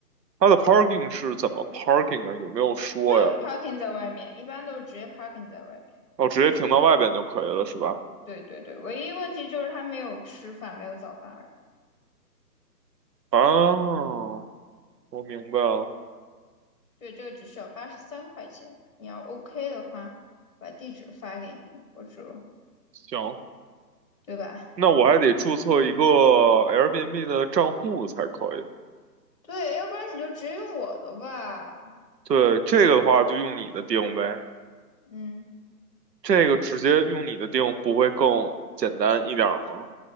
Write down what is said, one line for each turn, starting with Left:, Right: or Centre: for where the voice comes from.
Right: 它的 parking 是怎么 parking 啊？有没有说呀？
Left: 就是 parking 在外面，一般都是直接 parking 在外面。
Right: 哦，直接停到外边就可以了，是吧？
Left: 对对对，唯一问题就是他没有吃饭，没有早饭而已。
Right: 啊，我明白了。
Left: 对，这个只需要八十三块钱，你要 OK 的话，把地址发给你，或者
Right: 行，
Left: 对吧？
Right: 那我还得注册一个 Airbnb 的账户才可以。
Left: 对，要不然你就直接用我的吧。
Right: 对，这个的话就用你的定呗，
Left: 嗯，
Right: 这个直接用你的定不会更简单一点儿吗？